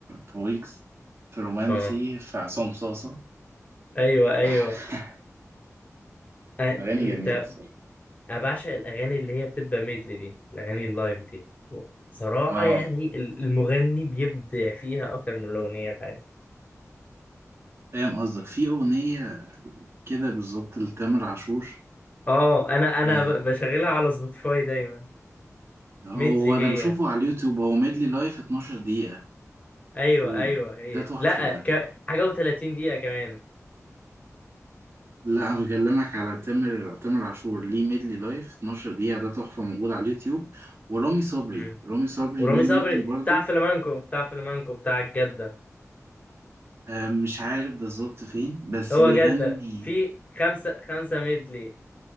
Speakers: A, on the right; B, on the left.
A: في ويجز في رومانسي
B: اه
A: في عصام صاصة
B: ايوه ايوه
A: <laughs>
B: أنا...
A: الاغاني
B: انت
A: جميلة الصراحة
B: انا بعشق الاغاني اللي هي بتبقى ميدلي دي الاغاني اللايف دي بصراحه
A: اه
B: يعني ال- المغني بيبدع فيها اكتر من الاغنيه الحقيقيه
A: فاهم قصدك في اغنية كده بالظبط لتامر عاشور
B: اه انا انا
A: آه
B: ب- بشغلها على سبوتيفاي دايما
A: هو
B: ميدلي
A: انا
B: هي
A: بشوفه على اليوتيوب هو ميدلي لايف 12 دقيقة
B: ايوه
A: ال-
B: ايوه هي
A: ده تحفة
B: لا
A: ده
B: ك... حاجه و30 دقيقه كمان
A: لا انا بكلمك على تامر تامر عاشور ليه ميدلي لايف 12 دقيقة ده تحفة موجود على اليوتيوب ورامي صبري
B: مم.
A: رامي صبري
B: ورامي
A: ليه
B: صبري
A: ميدلي برضو
B: بتاع فلامانكو بتاع فلامانكو بتاع الجده
A: آه، مش عارف بالظبط فين بس
B: هو
A: بيغني
B: جدة في خمسة خمسة ميدلي